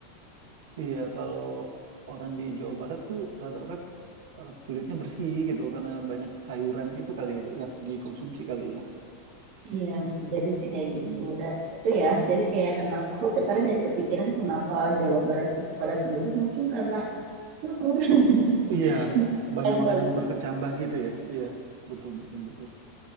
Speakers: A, on the right (about 85°); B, on the right (about 45°).
A: Iya, kalau orang di Jawa Barat tuh rata-rata eh, kulitnya bersih gitu karena banyak sayuran itu kali ya yang dikonsumsi kali ya.
B: Iya, bisa jadi sih kayak
A: Hmm.
B: gitu. Dan itu ya, jadi kayak kenapa aku sekarang jadi kepikiran kenapa Jawa Barat itu padat penduduk mungkin karena subur.
A: Iya,
B: <laughs>
A: banyak
B: Kan
A: makan
B: tuh
A: yang berkecambah gitu ya. Iya, betul betul betul.